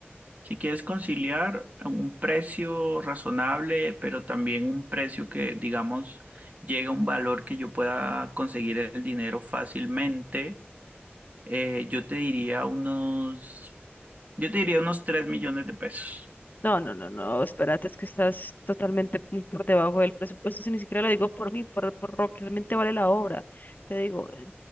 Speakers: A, on the right (about 40°); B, on the left (about 45°).
A: si quieres conciliar a un precio razonable, pero también un precio que, digamos, llegue a un valor que yo pueda conseguir el dinero fácilmente, eh, yo te diría unos, yo te diría unos 3 millones de pesos.
B: No, no, no, no, espérate, es que estás totalmente muy por debajo del presupuesto, si ni siquiera lo digo por mí, por, por lo que realmente vale la obra. Te digo, eh,